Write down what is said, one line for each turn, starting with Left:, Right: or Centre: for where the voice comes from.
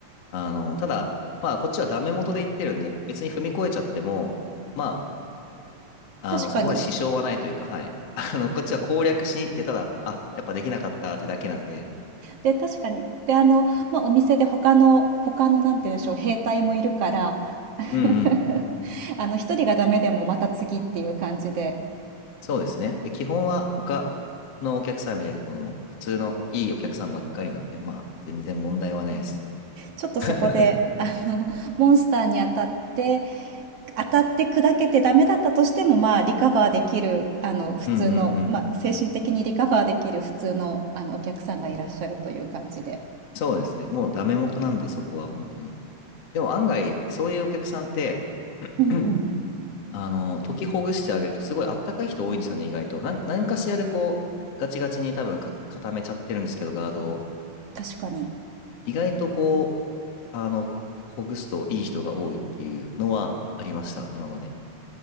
Left: あの、ただ、まあ、こっちはダメ元で言ってるんで、別に踏み越えちゃっても、まあ、
Right: 確かに。
Left: あの、そこまで支障はないというか、はい。<laughs> あの、こっちは攻略しに行って、ただ、あ、やっぱできなかったってだけなんで、
Right: で、確かに。で、あの、まあ、お店で他の他のなんて言うんでしょう、兵隊もいるから、<laughs>
Left: うんうん、
Right: あの、一人がダメでもまた次っていう感じで、
Left: そうですね。で、基本は他のお客さんみたいな、この、普通のいいお客さんばっかりなんで、まあ、全然問題はないです。
Right: ちょっとそこで、
Left: <laughs>
Right: あの、モンスターに当たって当たって砕けてダメだったとしても、まあ、リカバーできる、あの、普通の、
Left: うんうんうん。
Right: まあ、精神的にリカバーできる普通の、あの、お客さんがいらっしゃるという感じで。
Left: そうですね。もうダメ元なんで、そこは本当に。でも案外、そういうお客さんって
Right: うんうん。
Left: <clears throat> あの、解きほぐしてあげるとすごいあったかい人多いんですよね、意外と。なん、何かしらでこう、ガチガチに多分か固めちゃってるんですけど、ガードを。
Right: 確かに。
Left: 意外とこう、あの、ほぐすといい人が多いっていうのはありました、今まで。